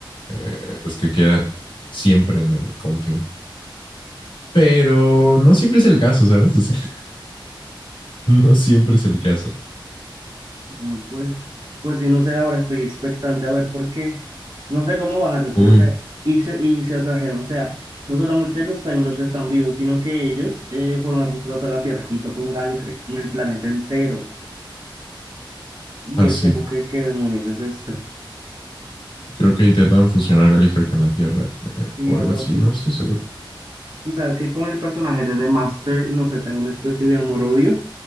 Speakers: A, on the left (about 70°); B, on the right (about 65°).
A: eh, los que quedan siempre en el confín. Pero no siempre es el caso, ¿sabes? O sea, <laughs> no siempre es el caso.
B: No, pues, pues sí, no sé, ahora estoy expectante a ver por qué. No sé cómo van a resolver.
A: Uy,
B: Y se, y se atrajeron, o sea, no solamente los Time Lords están vivos, sino que ellos eh, fueron arrastrados a la Tierra junto con Gallifrey, con el planeta entero. Y
A: así.
B: es como que, ¿qué demonios es esto? <laughs>
A: Creo que intentan fusionar Gallifrey con la Tierra eh,
B: Y
A: o
B: algo
A: algo así,
B: así.
A: no estoy seguro.
B: Y sabes que con el personaje de The Master, no sé, tengo una especie de amor-odio,